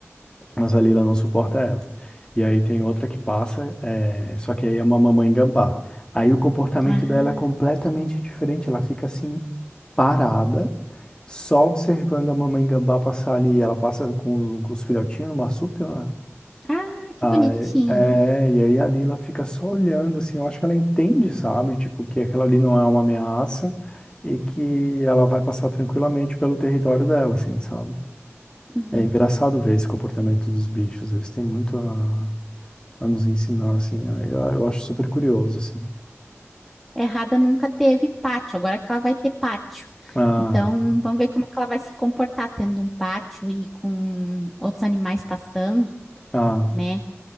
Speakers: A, on the left; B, in the centre.
A: mas a Lila não suporta ela. E aí tem outra que passa, é, só que aí é uma mamãe gambá. Aí o comportamento
B: Ah,
A: dela é completamente diferente, ela fica assim parada, só observando a mamãe gambá passar ali. Ela passa com, os com os filhotinhos no marsúpio, né?
B: ah,
A: Aí,
B: que bonitinho.
A: é, e aí a Lila fica só olhando, assim, eu acho que ela entende, sabe? Tipo, que aquela ali não é uma ameaça e que ela vai passar tranquilamente pelo território dela, assim, sabe?
B: Uhum.
A: É engraçado ver esse comportamento dos bichos, eles têm muito a, a nos ensinar, assim. Eu, eu acho super curioso, assim.
B: Errada nunca teve pátio, agora que ela vai ter pátio.
A: Ah,
B: Então, vamos ver como é que ela vai se comportar tendo um pátio e com outros animais passando,
A: ah,
B: né?